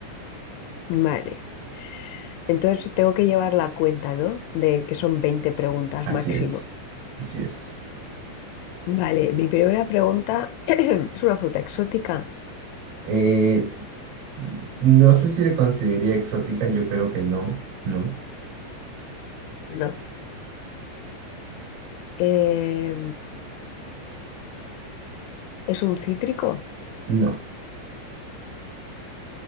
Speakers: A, on the left (about 85°); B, on the right (about 90°).
A: Vale. Entonces tengo que llevar la cuenta, ¿no? De que son 20 preguntas
B: Así
A: máximo.
B: es, así es.
A: Vale, mi primera pregunta, <clears throat> ¿es una fruta exótica?
B: Eh, no sé si le consideraría exótica, yo creo que no, no,
A: No. Eh, ¿es un cítrico?
B: no.